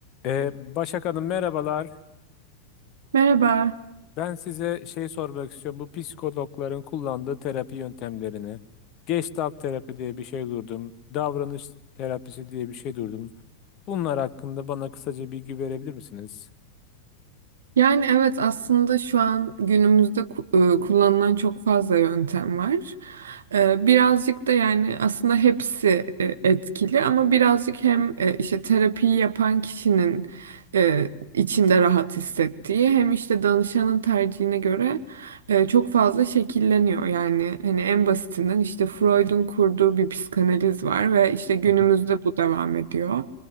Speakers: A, on the left (about 40°); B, on the right (about 65°).
A: Ee, Başak Hanım merhabalar.
B: Merhaba.
A: Ben size şey sormak istiyorum. Bu psikologların kullandığı terapi yöntemlerini. Gestalt terapi diye bir şey duydum. Davranış terapisi diye bir şey duydum. Bunlar hakkında bana kısaca bilgi verebilir misiniz?
B: Yani evet aslında şu an günümüzde ku- e, kullanılan çok fazla yöntem var. E, Birazcık da yani aslında hepsi e, etkili ama birazcık hem e, işte terapiyi yapan kişinin e, içinde rahat hissettiği hem işte danışanın tercihine göre e, çok fazla şekilleniyor. Yani hani en basitinden işte Freud'un kurduğu bir psikanaliz var ve işte günümüzde
A: Hı hı.
B: bu devam ediyor.